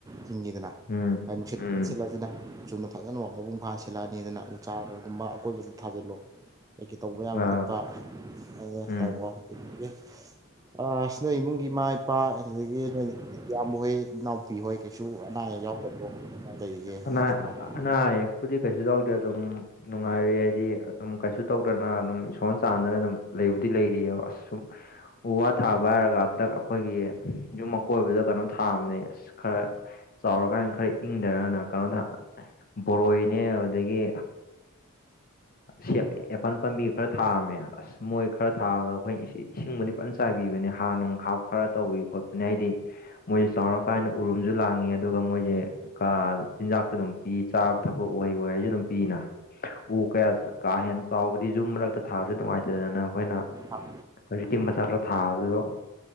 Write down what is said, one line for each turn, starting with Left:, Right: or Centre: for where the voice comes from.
Right: ꯊꯤꯡꯉꯤꯗꯅ
Left: ꯎꯝ
Right: ꯍꯥꯏ ꯅꯨꯡꯁꯤꯠ
Left: ꯎꯝ
Right: ꯁꯤꯠꯂꯖꯨ ꯅꯪ ꯆꯨꯝꯅ ꯐꯖꯅ ꯃꯄꯨꯡ ꯐꯥꯅ ꯁꯤꯜꯂꯛꯑꯅꯤꯗꯅ ꯎ ꯆꯥꯔꯒꯨꯝꯕ ꯑꯀꯣꯏꯕꯗ ꯊꯥꯖꯤꯜꯂꯣ ꯀꯩ ꯀꯩ ꯇꯧꯕ ꯌꯥꯕ
Left: ꯑꯥ
Right: ꯈꯣꯠꯄ ꯑꯩꯌꯦ
Left: ꯎꯝ
Right: ꯇꯧꯔꯣ ꯑꯗꯨꯗꯒꯤ ꯑꯁ ꯅꯣꯏ ꯏꯃꯨꯡꯒꯤ ꯏꯃꯥ ꯏꯄꯥ ꯑꯗꯨꯗꯒꯤ ꯅꯣꯏ ꯏꯌꯥꯝꯕ ꯍꯣꯏ ꯏꯅꯥꯎꯄꯤ ꯍꯣꯏ ꯀꯩꯁꯨ <unintelligible>
Left: ꯑꯅꯥ ꯑꯅꯥ ꯑꯌꯦꯛꯄꯨꯗꯤ ꯀꯩꯁꯨ ꯌꯥꯎꯗꯦ ꯑꯗꯨꯝ ꯅꯨꯡꯉꯥꯏꯔꯤ ꯍꯥꯏꯗꯤ ꯑꯗꯨꯝ ꯀꯩꯁꯨ ꯇꯧꯗꯅ ꯑꯗꯨꯝ ꯏꯁꯣꯔ ꯆꯥꯟꯗꯅ ꯑꯗꯨꯝ ꯂꯩꯕꯨꯗꯤ ꯂꯩꯔꯤꯌꯦꯕ ꯑꯁꯨꯝ ꯎ ꯋꯥ ꯊꯥꯕ ꯂꯥꯏꯔꯒ ꯍꯟꯗꯛ ꯑꯩꯈꯣꯏꯒꯤ ꯌꯨꯝ ꯑꯀꯣꯏꯕꯗ ꯀꯩꯅꯣ ꯊꯥꯝꯅꯦ ꯑꯁ ꯈꯔ ꯆꯥꯎꯔꯀꯥꯟ ꯈꯔ ꯏꯪꯗꯔꯅ ꯀꯩꯅꯣ ꯊ ꯕꯣꯔꯣꯏꯅꯦ ꯑꯗꯨꯗꯒꯤ ꯁꯦꯝꯃꯦꯄꯟ ꯄꯥꯝꯕꯤ ꯈꯔ ꯊꯥꯔꯝꯃꯦ ꯑꯁ ꯃꯣꯏ ꯈꯔ ꯊꯥꯕꯗ ꯑꯩꯈꯣꯏ ꯏꯁꯤꯡꯕꯨꯗꯤ ꯐꯖꯅ ꯆꯥꯏꯕꯤꯕꯅꯤ ꯍꯥ ꯅꯨꯡ ꯍꯥꯞ ꯈꯔ ꯇꯧꯕꯤ ꯈꯣꯠꯄꯅꯤ ꯍꯥꯏꯗꯤ ꯃꯣꯏꯁꯦ ꯆꯥꯎꯔꯀꯥꯟꯗ ꯎꯔꯨꯝꯁꯨ ꯂꯥꯡꯉꯤ ꯑꯗꯨꯒ ꯃꯣꯏꯁꯦ ꯀꯥ ꯆꯤꯟꯖꯥꯛꯇ ꯑꯗꯨꯝ ꯄꯤ ꯆꯥꯕ ꯊꯛꯄ ꯑꯣꯏ ꯑꯣꯏꯁꯨ ꯑꯗꯨꯝ ꯄꯤꯅ ꯎ ꯀꯌꯥ ꯀꯥ ꯍꯦꯟꯅ ꯆꯥꯎꯕꯗꯤ ꯌꯨꯝ ꯃꯔꯛꯇ ꯊꯥꯕꯁꯨ ꯅꯨꯡꯉꯥꯏꯇꯗꯅ ꯑꯩꯈꯣꯏꯅ
Right: ꯑꯥ
Left: ꯍꯧꯖꯤꯛꯀꯤ ꯃꯆꯥꯗꯣ ꯊꯥꯕꯗꯣ